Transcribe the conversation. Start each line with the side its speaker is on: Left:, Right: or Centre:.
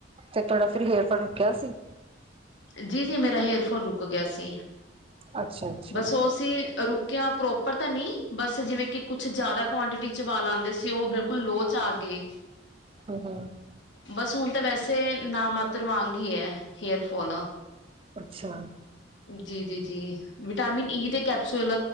Right: ਤੇ ਤੁਹਾਡਾ, ਫ਼ਿਰ ਹੇਅਰ ਫੋਲ ਰੁਕਿਆ ਸੀ।
Left: ਜੀ-ਜੀ ਮੇਰਾ ਹੇਅਰਫੋਲ ਰੁਕ ਗਿਆ ਸੀ,
Right: ਅੱਛਾ ਅੱਛਾ
Left: ਬਸ ਔਸੀ ਰੁਕ ਕਿਆ ਪ੍ਰੋਪਰ ਤਾਂ ਨੀ ਬਸ ਜਿਵੇਂ ਕਿ ਕੁੱਛ ਜਾਦਾ ਕੁਆਂਟਿਟੀ ਚ ਵਾਲ ਆਂਦੇ ਸੀ, ਔ ਬਿਲਕੁਲ ਲੋਅ ਚ ਆਗੇ।
Right: ਹੂੰ-ਹੂੰ।
Left: ਬਸ ਹੁਣ ਤੇ ਵੈਸੇ ਨਾ ਮਾਤਰ ਵਾਂਗ ਈ ਐ, ਹੇਅਰਫੋਲ।
Right: ਅੱਛਾ।
Left: ਜੀ-ਜੀ-ਜੀ, ਵਿਟਾਮਿਨ ਈ ਦੇ ਕੈਪਸੂਲ।